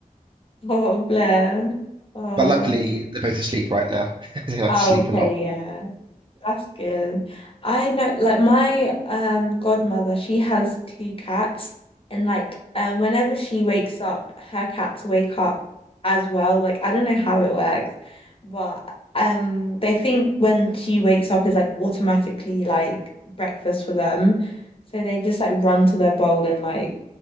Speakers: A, on the left; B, on the right.
A: Oh, bless. Oh,
B: But luckily, they're both asleep right now. <laughs> They like
A: oh,
B: to sleep
A: okay,
B: a lot.
A: yeah. That's good. I know, like my um godmother, she has two cats, and like um whenever she wakes up, her cats wake up as well. Like I don't know how it works, but um they think when she wakes up is like automatically like breakfast for them, so they just like run to their bowl and like